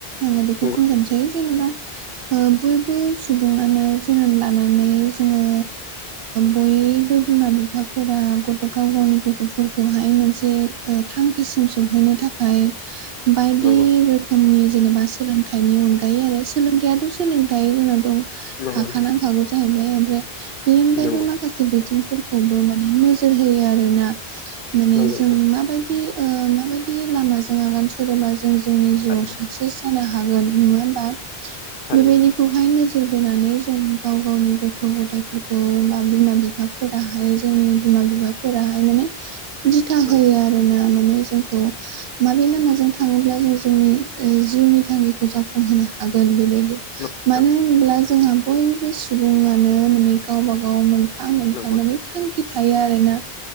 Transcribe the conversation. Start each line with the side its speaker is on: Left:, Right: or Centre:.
Right: आङो बेखौ
Left: नंगौ
Right: बुंग्रोनोसै जेनेबा बयबो सुबुङानो जोनोम लानानै जोङो बयबो बिमा बिफाफोरा गथ' गाव गावनि गथ' गथ'फोरखौहाय मोनसे थांखिसिम सहैनो थाखाय बायदि
Left: नंगौ
Right: रोखोम नि जेनेबा सोलोंथाइनि अनगायै आरो सोलोंथाइथ' सोलोंथाइ जोंनाव दं
Left: नंगौ
Right: थाखानांखागौ
Left: नोंथां
Right: जाहैबाय ओमफ्राय बेनि अनगायैबो
Left: नंगौ
Right: माखासे से बिथिंफोरखौबो माने नोजोर होयो आरोना माने
Left: नंगौ
Right: जों
Left: नोंथां
Right: माबायदि माबायदि लामाजों आगान सुरोबा जों जोंनि जिउआव
Left: थारैनो
Right: साक्सेस जानो हागोन नङा होमबा
Left: थारैनो
Right: बेबायदि खौहाय नोजोर बोनानै जों गाव गावनि गथ' गथायफोरखौ बा बिमा बि फा फोराहाय जोंनि बिमा बिफाफोराहाय माने दिथा
Left: नंगौ
Right: होयो आरो ना माने जोंखौ माबे लामाजों थाङोब्ला जों जोंनि जिउनि थांखिखौ जाफुंहोनो हागोन बेबायदि मानो
Left: नोंथां
Right: होनोब्ला जोंहा बयबो सुबुङानो माने गावबा गाव मोनफा मोनफा
Left: नंगौ
Right: माने थांखि थायो आरो ना